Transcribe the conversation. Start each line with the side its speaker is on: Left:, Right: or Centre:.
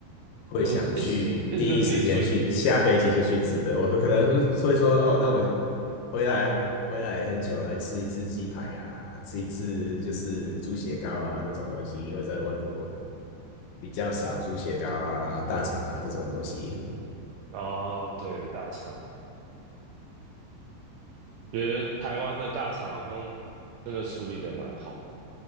Left: 会想去第一时间去下飞机就去吃的。
Right: 我是意思意思就是你最
Left: 我会可能会说哦，那我回来回来很久来吃一次鸡排啊，吃一次就是猪血糕啊那种东西，因为在外国比较少猪血糕啊、大肠啊这种东西。
Right: 啊，对，大肠，觉得台湾的大肠好像真的处理的蛮好的，